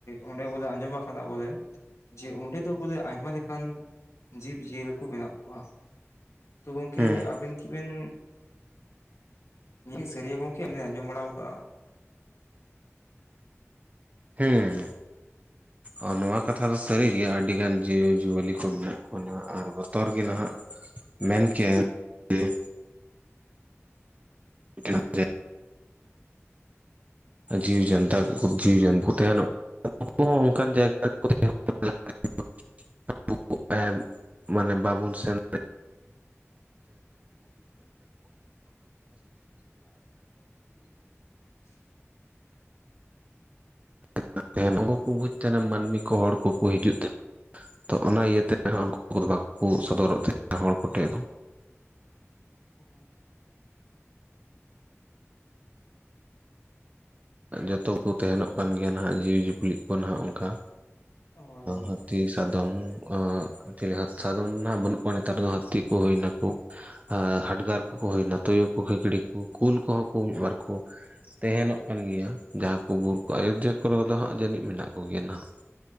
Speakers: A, on the left; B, on the right.
A: ᱚᱸᱰᱮ ᱵᱚᱞᱮ ᱟᱸᱡᱚᱢ ᱟᱠᱟᱫᱟ ᱵᱚᱞᱮ ᱡᱮ ᱚᱸᱰᱮ ᱫᱚ ᱵᱚᱞᱮ ᱟᱭᱢᱟ ᱞᱮᱠᱟᱱ ᱡᱤᱵᱽ-ᱡᱤᱭᱟᱹᱞᱤ ᱠᱚ ᱢᱮᱱᱟᱜ ᱠᱚᱣᱟ᱾ ᱛᱚ ᱜᱚᱝᱠᱮ
B: ᱦᱩᱸ
A: ᱟᱵᱤᱱ ᱠᱤᱵᱮᱱ ᱱᱤᱭᱟᱹ ᱥᱟᱹᱨᱤᱭᱟ ᱜᱚᱝᱠᱮ ᱟᱸᱡᱚᱢ ᱵᱟᱲᱟᱣᱟᱠᱟᱜᱼᱟ
B: ᱦᱮᱸ ᱟᱨ ᱱᱚᱶᱟ ᱠᱟᱛᱷᱟ ᱫᱚ ᱥᱟᱹᱨᱤ ᱜᱮᱭᱟ,,,,,,,,,,,, ᱟᱹᱰᱤ ᱜᱟᱱ ᱡᱤᱣᱼᱡᱤᱣᱟᱹᱞᱤ ᱠᱚ ᱢᱮᱱᱟᱜ ᱠᱚᱣᱟ ᱱᱟᱦᱟᱜ ᱟᱨ ᱵᱚᱛᱚᱨ ᱜᱮ ᱱᱟᱦᱟᱜ ᱢᱮᱱ ᱠᱮᱭᱟ ᱵᱮᱱ ᱴᱮᱲᱟᱠ ᱴᱮᱡ ᱡᱤᱣᱤ ᱡᱟᱱᱛᱟ ᱡᱤᱣᱤ ᱡᱚᱱᱛᱩ ᱛᱟᱦᱮᱱᱚᱜ ᱩᱱᱠᱩ ᱦᱚᱸ ᱚᱱᱠᱟᱱ ᱡᱟᱭᱜᱟ ᱨᱮᱠᱚ <inaudible> <unintelligible> ᱟᱵ ᱮᱢ ᱢᱟᱱᱮ ᱵᱟᱵᱚᱱ ᱥᱮᱱ ᱫᱟᱲᱮᱭᱟᱜ
A: <inaudible>
B: <unintelligible> ᱱᱩᱠᱩ ᱠᱚ ᱵᱩᱡᱽ ᱛᱟᱦᱮᱱᱟ ᱢᱟᱹᱱᱢᱤ ᱠᱚ ᱦᱚᱲ ᱠᱚᱠᱚ ᱦᱤᱡᱩᱜ ᱛᱮ ᱛᱚ ᱚᱱᱟ ᱤᱭᱟᱹᱛᱮ ᱦᱟᱸᱜ ᱩᱱᱠᱩ ᱠᱚᱫᱚ ᱵᱟᱠᱚ ᱥᱚᱫᱚᱨᱚᱜ ᱛᱟᱦᱮᱸᱱᱟ ᱦᱚᱲ ᱠᱚᱴᱷᱮᱫ
A: <inaudible>
B: ᱡᱚᱛᱚ ᱠᱚ ᱛᱟᱦᱮᱱᱚᱜ ᱠᱟᱱ ᱜᱮᱭᱟ ᱱᱟᱦᱟᱜ ᱡᱤᱣᱤᱼ ᱡᱤᱯᱞᱤᱜ ᱠᱚ ᱱᱟᱦᱟᱜ ᱚᱱᱠᱟ
A: ᱦᱳᱭ ᱦᱳᱭ
B: ᱦᱟᱹᱛᱤᱥ ᱥᱟᱫᱚᱢ ᱟᱸᱜ ᱪᱤᱞᱤ ᱥᱟᱫᱚᱢ ᱱᱟᱜ ᱵᱟᱹᱱᱩᱜ ᱠᱚᱣᱟ ᱱᱮᱛᱟᱨ ᱫᱚ ᱦᱟᱹᱛᱤ ᱠᱚ ᱦᱩᱭ ᱱᱟᱠᱚ ᱾ ᱦᱟᱰᱜᱟᱨ ᱠᱚᱠᱚ ᱦᱩᱭᱱᱟ ᱛᱩᱭᱩ ᱠᱚ ᱠᱷᱮᱠᱲᱤ ᱠᱚ ᱠᱩᱞ ᱠᱚᱦᱚᱸ ᱠᱚ ᱢᱤᱫᱵᱟᱨ ᱠᱚ ᱛᱮᱦᱮᱱᱚᱜ ᱠᱟᱱ ᱜᱮᱭᱟ ᱡᱟᱦᱟᱸ ᱠᱚ ᱵᱩᱨᱩ ᱠᱚ ᱟᱭᱚᱫᱷᱭᱟ ᱠᱚᱨᱮ ᱫᱚ ᱦᱟᱸᱜ ᱡᱟᱹᱱᱤᱡ ᱢᱮᱱᱟᱜ ᱠᱚᱜᱮᱭᱟ ᱱᱟᱦᱟᱸᱜ ᱾